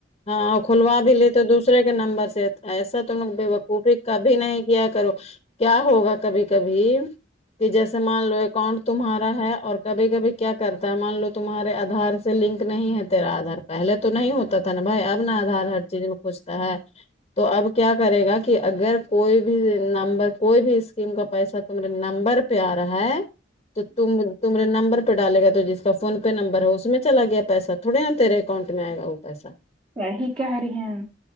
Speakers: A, on the left (about 30°); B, on the right (about 30°).
A: ہاں کھلوا بھی لیتے دوسرے کے نمبر سے ایسا تو بےوقوفی کبھی نہیں کیا کرو کیا ہوگا کبھی کبھی کہ جیسے مان لو اکاؤنٹ تمہارا ہے اور کبھی کبھی کیا کرتا ہے مان لو تمہارے آدھار سے لنک نہیں ہے تیرا آدھار پہلے تو نہیں ہوتا تھا نا اب بھائی اپنا آدھار ہر چیز میں پوچھتا ہے تو اب کیا کرے گا کہ اگر کوئی بھی نمبر کوئی بھی اسکیم کا پیسہ تمیرے نمبر پہ آ رہا ہے تو تمہیرے نمبر پہ ڈالے گا تو جس کا فون پے پے نمبر ہے اس میں چلا گیا پیسا تھوڑے یہاں تیرے اکاؤنٹ میں آئے گ وہ پیسہ
B: وہی کہہ رہی ہیں